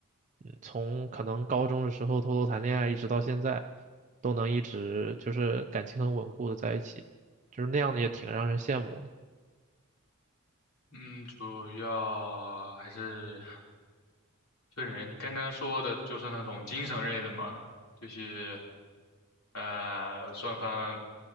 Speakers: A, on the right; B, on the left.
A: 嗯从可能高中的时候偷偷谈恋爱，一直到现在，都能一直就是感情很稳固的在一起，就是那样的也挺让人羡慕的。
B: 嗯，主要还是分人。你刚刚说的就是那种精神类的嘛，就是。呃，双方